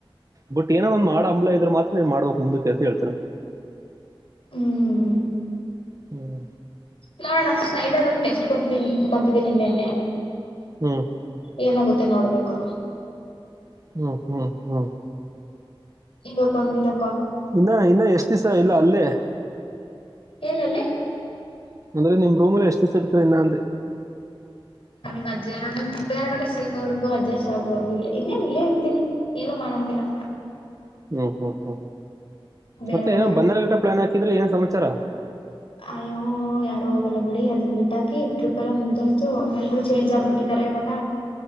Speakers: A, on the right; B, on the left.
A: ಬಟ್ ಏನೋ ಒಂದ್ ಮಾಡ ಅಂಬಲ ಇದ್ರ ಮಾತ್ರ ನೀ ಮಾಡ್ಬೇಕ್ ಮುಂದಕ್ಕೆೆ ಅಂತ ಹೇಳ್ತಿರದು
B: ಹ್ಮ್
A: ಹ್ಮ್
B: ನೋಡೋಣ ಸ್ನೈಡರ್ ಒಂದು ಟೆಸ್ಟ್ ಕೊಟ್ಟತೀನಿ ಬರ್ದಿದ್ದೀನಿ ನಿನ್ನೆ
A: ಹ್ಮ್
B: ಏನಾಗುತ್ತೆ ನೋಡ್ಬೇಕು
A: ಹ್ಮ್ ಹ್ಮ್ ಹ್ಮ್
B: ಇವರ್ ಬಂದಿದ
A: ಇನ್ನ ಇನ್ನ ಎಷ್ಟು ದಿಸ ಇಲ್ ಅಲ್ಲೇ
B: ಎಲಲ್ಲಿ
A: <inaudible> ನಂದ ನಿಂಬ್ರೂ ಮೂಲೆ ಲಷ್ಟಿಸಿೆಡ್ತ ಇನ್ನ
B: ವಜ್ಜ ಬೇರೆಗಡೆ ಸಿಗೋವರ್ಗೂ ವಜ್ಜ ಶ್ರಾಗವರ್ಗು ಇಲ್ಲ ಇನ್ನೇನ್ ಇಲ್ಲೇ ಇರ್ತೀನಿ ಏನು ಮಾಡಂಗಿಲ್ಲ
A: ಹ್ಮ್ ಹ್ಮ್ ಹ್ಮ್
B: ಬೇರೆ
A: ಮತ್ತೆ
B: ಕಡೆ
A: ಏನೋ
B: ಹೋಗ
A: ಬಂದಾರ್ ಗಟ ಪ್ಲಾನ್ ಹಾಕಿದ್ರೆ ಏನ ಸಮಾಚಾರ
B: ಅಯ್ಯೋ ಯಾರು ಓಗಲ್ಲ ಬಿಡಿ ಅದನ್ನ ಬಿಟ್ಟಾಕ ಟ್ರಿಪ್ ಎಲ್ಲ ಮುಗ್ದೋಯ್ತು ಎಲ್ರು ಚೇಂಜ್ ಆಗ್ಬಿಟ್ಟಿದ ಅ ಬಾಗ